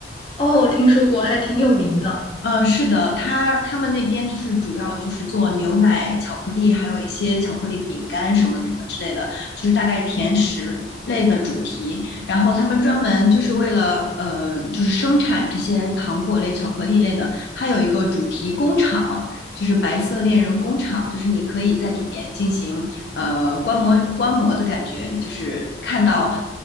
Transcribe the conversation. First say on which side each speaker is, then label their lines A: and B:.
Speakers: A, on the left; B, on the left.
A: 哦，听说过，还挺有名的。
B: 呃，是的，他他们那边就是主要就是做牛奶、巧克力，还有一些巧克力饼干什么什么之类的，就是大概甜食类的主题。然后他们专门就是为了呃，就是生产这些糖果类、巧克力类的，它有一个主题工厂，就是白色恋人工厂，就是你可以在里面进行呃观摩观摩的感觉，就是看到。